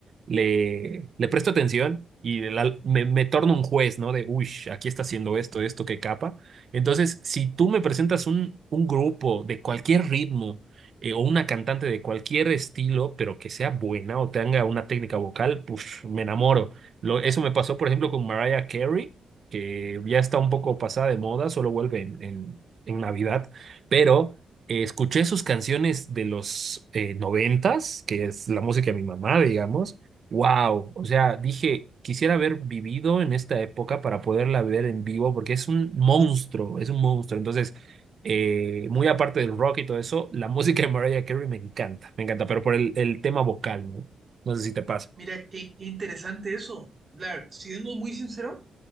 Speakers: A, on the right; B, on the right.
A: le, le presto atención y la- me, me torno un juez, ¿no? De, uy, aquí está haciendo esto, esto, qué capa. Entonces, si tú me presentas un, un grupo de cualquier ritmo eh, o una cantante de cualquier estilo, pero que sea buena o tenga una técnica vocal, pues me enamoro. Lo, eso me pasó, por ejemplo, con Mariah Carey, que ya está un poco pasada de moda, solo vuelve en, en en Navidad, pero eh, escuché sus canciones de los eh, noventas, que es la música de mi mamá, digamos. Wow, o sea, dije, quisiera haber vivido en esta época para poderla ver en vivo, porque es un monstruo, es un monstruo. Entonces, eh, muy aparte del rock y todo eso, la <laughs> música de Mariah Carey me encanta, me encanta, pero por el, el tema vocal, ¿no? No sé si te pasa.
B: Mira, qué, qué interesante eso. La, ver- siendo muy sincero,